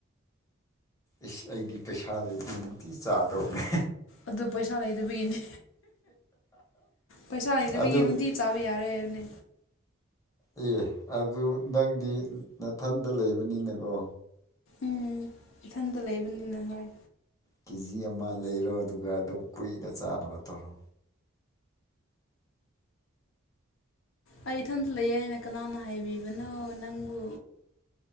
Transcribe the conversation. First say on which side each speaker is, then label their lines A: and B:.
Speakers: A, on the left (about 15°); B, on the left (about 65°).
A: ꯏꯁ ꯑꯩꯗꯤ ꯄꯩꯁꯥ ꯂꯩꯗꯤ ꯅꯨꯡꯇꯤ ꯆꯥꯗꯧꯕꯅꯦ
B: ꯑꯗꯨ ꯄꯩꯁꯥ ꯂꯩꯇꯕꯒꯤꯅꯦ ꯄꯩꯁꯥ ꯂꯩꯇꯕꯒꯤ
A: ꯑꯗꯨ
B: ꯅꯨꯡꯇꯤ ꯆꯥꯕ ꯌꯥꯔꯣꯏ ꯍꯥꯏꯕꯅꯦ
A: ꯑꯦ ꯑꯗꯨ ꯅꯪꯗꯤ ꯅꯊꯟꯗ ꯂꯩꯕꯅꯤꯅꯀꯣ
B: ꯎꯝ ꯏꯊꯟꯗ ꯂꯩꯕꯅꯤꯅ ꯍꯣꯏ
A: ꯀꯦ ꯖꯤ ꯑꯃ ꯂꯩꯔꯣ ꯑꯗꯨꯒ ꯑꯗꯨꯝ ꯀꯨꯏꯅ ꯆꯥꯅꯕ ꯇꯧꯔꯣ
B: ꯑꯩ ꯏꯊꯟꯇ ꯂꯩꯌꯦ ꯍꯥꯏꯅ ꯀꯅꯥꯅ ꯍꯥꯏꯕꯤꯕꯅꯣ ꯅꯪꯕꯨ